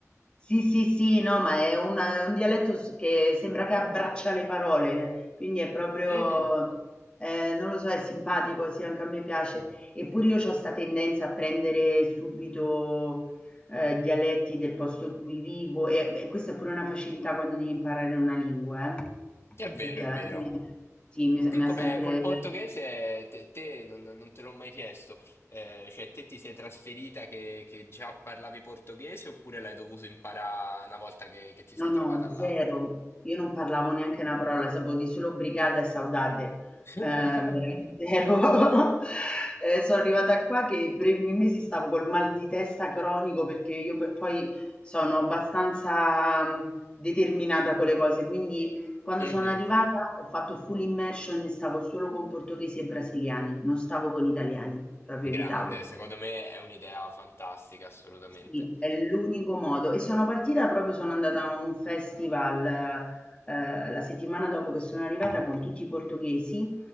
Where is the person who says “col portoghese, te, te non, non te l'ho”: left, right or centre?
Left